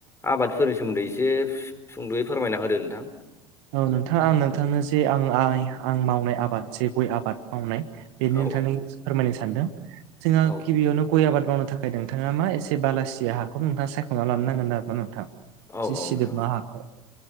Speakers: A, on the left; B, on the right.
A: आबादफोरनि सोमोन्दै एसे सुंद'यै फोरमायना होदो नोंथां।
B: औ नोंथां आं नोंथांनो जे आं आ आं मावनाय आबाद जे गय आबाद मावनाय ‌। बेनो
A: औ
B: नोंथांनो फोरमायनो सानदों जोंहा
A: औ
B: गिबियावनो गय आबाद मावनो थाखाय नोंथाङा मा एसे बालासिया हाखौ नोंथाङा सायख'ना लानो नांगोन न आरो ना नोंथां।
A: औ
B: जि
A: औ
B: सिदोबा
A: नोंथां
B: हाखौ